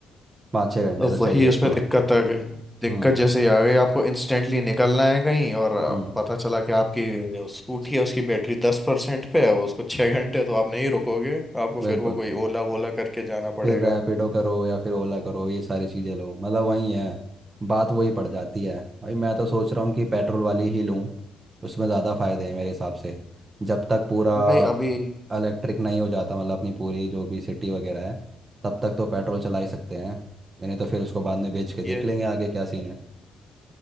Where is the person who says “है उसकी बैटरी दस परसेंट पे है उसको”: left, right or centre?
Centre